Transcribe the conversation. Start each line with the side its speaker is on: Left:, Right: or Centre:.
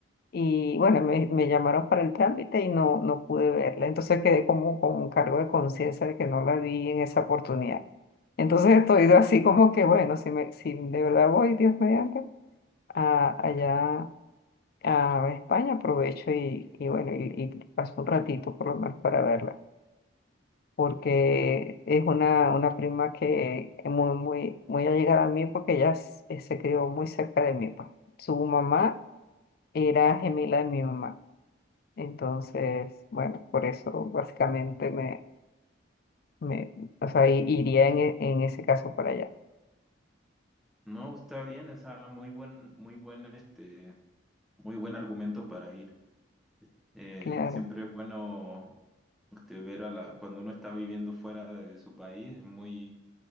Left: Y bueno, me, me llamaron para el trámite y no, no pude verla. Entonces quedé como con un cargo de conciencia de que no la vi en esa oportunidad.
Centre: <laughs>
Left: Entonces estoy así como que, bueno, si, me, si de verdad voy, Dios mediante, a, allá a España, aprovecho y, y bueno, y, y paso un ratito por lo menos para verla porque
Centre: Sí,
Left: es una, una prima que es muy, muy, muy allegada a mí porque ella s- eh, se crió muy cerca de mí, pues. Su mamá era gemela de mi mamá. Entonces, bueno, por eso básicamente me, me o sea, i- iría en, e- en ese caso para allá.
Centre: No, está bien, o sea, muy buen, muy buen, este, muy buen argumento para ir. Eh,
Left: Claro,
Centre: siempre es bueno este, ver a la, cuando uno está viviendo fuera de su país, es muy